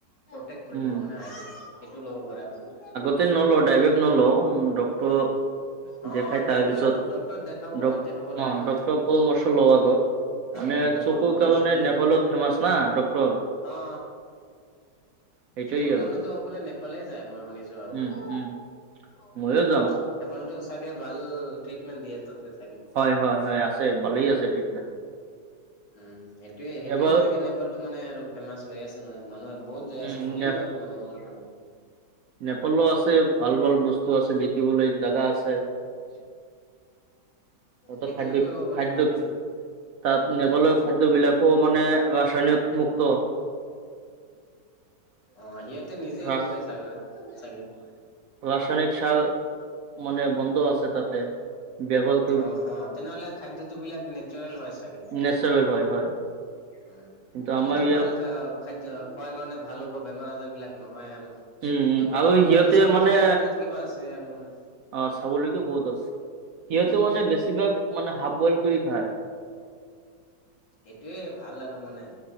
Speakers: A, on the left; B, on the right.
A: প্ৰতেক। কৰিব
B: উম
A: মানে আইটো সেইটো ল'ব পাৰে আপুনি।
B: তেনে নলও ডাইৰেক্ট নলও, ডক্তৰৰ
A: অ
B: দেখাই তাৰপিছত,
A: ডক্তৰ ডক্তৰক দেখাব
B: অ
A: দেখাব লাগে মানে
B: ডক্টৰ পৰামৰ্শ লও আগত।
A: অ
B: মানে
A: ডক্তৰৰ
B: চকুৰ
A: পৰামৰ্শ
B: কাৰণে,
A: খিনি
B: নেপালত
A: লৈ
B: ফেমাচ না ডক্তৰ।
A: অ অ
B: সেইটোয়ে
A: চকুৰ
B: আৰু
A: কাৰণতো সকলোৱে নেপালেই যায়, মই শুনিছো। আৰু
B: উম
A: মানে
B: উম
A: <unintelligible>
B: ময়ো যাম
A: নেপালটো চাগে ভাল ট্ৰিটমেণ্ট দিয়ে তাতে চাগে।
B: হয় হয় হয় আছে ভালেই আছে ট্ৰিটমেণ্ট।
A: উম, এইটোয়ে সেইটোয়ে
B: এবাৰ
A: চাগে নেপালটো মানে আৰু ফেমাচ। থৈ আছে মানে মানুহে বহুত যাই
B: উম
A: আছে, শুনিলো
B: নে
A: আৰু মানুহৰ
B: নেপালো আছে ভাল ভাল বস্তু আছে। দেখিবলৈ জাগা আছে। হয়, <unintelligible> হতৰ
A: সেইটোয়ে
B: খাদ্য
A: কৰিব পাৰে
B: খাদ্যত
A: নেপালটো।
B: তাত, নেপালৰ খাদ্যবিলাকো মানে ৰাসায়নিক মুুক্ত।
A: অ সিহঁতে নিজে
B: সাৰ
A: উগাই চাগে, চাগে অ',
B: ৰাসায়নিক সাৰ মানে বন্ধ আছে তাতে, ব্যবহাৰ
A: অ', অ' তেনেহলে খাদ্য বস্তু বিলাক নেচাৰেল হয় চাগে?
B: নেচাৰেল হয় হয়
A: উ,
B: কিন্তু
A: এইটোতো
B: আমাৰ ইয়াৰ
A: ভাল খা খাদ্য খোৱাৰ কাৰণে। ভাল হ'ব বেমাৰ আজাৰ বিলাক নহয় আৰু,
B: উম উম
A: নেপালতো
B: সিহঁতে
A: আৰু চাবলগীয়াও
B: মানে
A: বহুত কিবা আছে। তে আৰু মানে।
B: অ' চাবলৈগীয়া বহুত আছে, সিহঁতে মানে বেছিভাগ মানে হাফ বইল কৰি খায়।
A: এইটোয়ে ভাল আৰু মানে